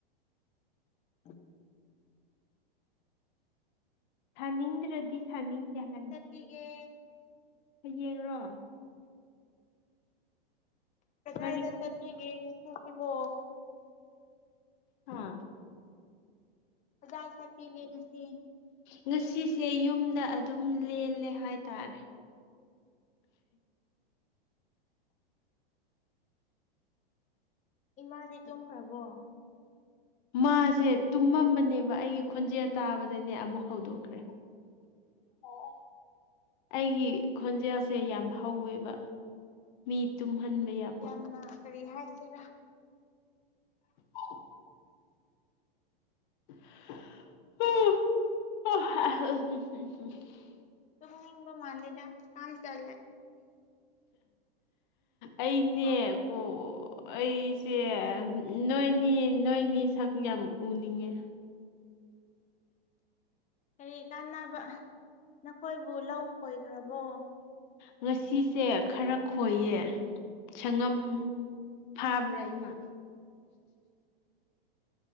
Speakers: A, on the left; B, on the left.
A: <unintelligible>
B: ꯁꯥꯅꯤꯡꯗ꯭ꯔꯗꯤ ꯁꯥꯅꯤꯡꯗꯦ ꯍꯥꯏꯔ
A: ꯒꯦ
B: ꯍꯣꯏ ꯌꯦꯡꯔꯣ
A: ꯀꯗꯥꯏꯗ
B: ꯀꯔꯤ
A: ꯆꯠꯈꯤꯒꯦ ꯉꯁꯤꯁꯤꯕꯣ
B: ꯍ
A: ꯀꯗꯥꯏ ꯆꯠꯄꯤꯒꯦ ꯉꯁꯤ
B: ꯉꯁꯤꯁꯦ ꯌꯨꯝꯗ ꯑꯗꯨꯝ ꯂꯦꯜꯂꯦ ꯍꯥꯏꯇꯥꯔꯦ
A: ꯏꯃꯥꯗꯤ ꯇꯨꯝꯈ꯭ꯔꯕꯣ
B: ꯃꯥꯁꯦ ꯇꯨꯝꯃꯝꯕꯅꯦꯕ ꯑꯩꯒꯤ ꯈꯣꯟꯖꯦꯜ ꯇꯥꯕꯗꯅꯦ ꯑꯃꯨꯛ ꯍꯗꯣꯛꯈ꯭ꯔꯦ ꯑꯣ ꯑꯩꯒꯤ ꯈꯣꯟꯖꯦꯜꯁꯦ ꯌꯥꯝ ꯍꯧꯋꯦꯕ ꯃꯤ ꯇꯨꯝꯍꯟꯕ ꯌꯥ
A: ꯌꯥꯝꯅ ꯀꯔꯤ ꯍꯥꯏꯁꯤꯔꯥ
B: ꯑꯣ <unintelligible>
A: ꯇꯨꯝꯅꯤꯡꯕ ꯃꯥꯜꯂꯤꯗ ꯍꯥꯀꯥꯝ ꯆꯜꯂꯦ
B: ꯑꯩꯅꯦ
A: ꯑꯣ
B: ꯀꯣ ꯑꯩꯁꯦ ꯅꯣꯏꯅꯤ ꯅꯣꯏꯅꯤ ꯁꯛ ꯌꯥꯝ ꯎꯅꯤꯡꯉꯦ
A: ꯀꯔꯤ ꯀꯥꯟꯅꯕ ꯅꯈꯣꯏꯕꯨ ꯂꯧ ꯈꯣꯏꯈ꯭ꯔꯕꯣ
B: ꯉꯁꯤꯁꯦ ꯈꯔ ꯈꯣꯏꯌꯦ ꯁꯉꯝ
A: ꯎꯝ
B: ꯊꯥꯕ꯭ꯔꯥ ꯏꯃꯥ